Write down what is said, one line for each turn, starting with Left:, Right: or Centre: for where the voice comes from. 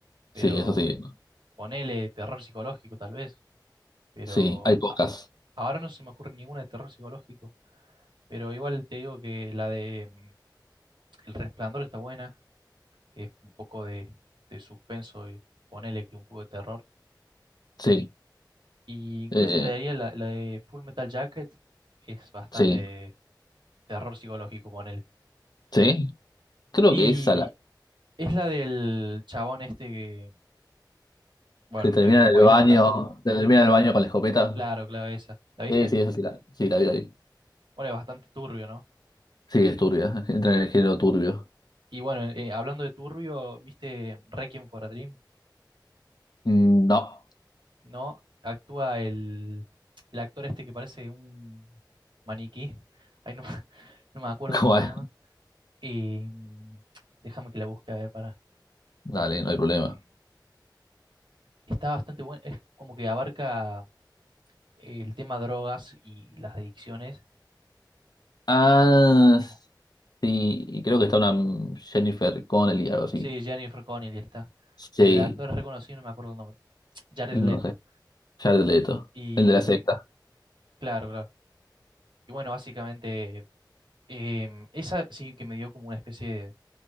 Right: Pero
Left: Sí, eso sí.
Right: ponele terror psicológico tal vez, pero
Left: Sí, hay pocas.
Right: a- ahora no se me ocurre ninguna de terror psicológico. Pero igual te digo que la de mm, El Resplandor está buena, que es un poco de, de suspenso y ponele que un poco de terror.
Left: Sí,
Right: Y incluso
Left: eh,
Right: te daría la, la de Full Metal Jacket, es bastante
Left: sí,
Right: terror psicológico, ponele.
Left: sí. Creo
Right: Y
Left: que esa
Right: Es la del chabón este que, bueno,
Left: Que termina
Right: no te quiero
Left: en
Right: spoilar
Left: el baño,
Right: tampoco.
Left: termina en el baño con la escopeta.
Right: Claro, claro, esa. ¿La viste?
Left: Sí, sí, eso sí la, sí, la vi ahí.
Right: Bueno, es bastante turbio, ¿no?
Left: Sí, es turbia, entra en el género turbio.
Right: Y bueno, eh, hablando de turbio, ¿viste Requiem for a Dream?
Left: Mm, No,
Right: ¿No? Actúa el, el actor este que parece un maniquí. Ay, no, <laughs> no me acuerdo
Left: <laughs>
Right: cómo
Left: ¿cómo
Right: se
Left: es?
Right: llama. Eh, déjame que la busque a ver para.
Left: Dale, no hay problema.
Right: eh, está bastante bueno. Es como que abarca el tema drogas y las adicciones.
Left: Ah,
Right: Y cómo
Left: sí, y creo que está una Jennifer Connelly, algo así.
Right: Sí, Jennifer Connelly está.
Left: Sí,
Right: Pero el actor es reconocido, no me acuerdo el nombre. Jared
Left: no
Right: Leto.
Left: sé, ya el leto.
Right: Y
Left: El de la secta.
Right: claro, claro. Y bueno, básicamente, em, esa sí que me dio como una especie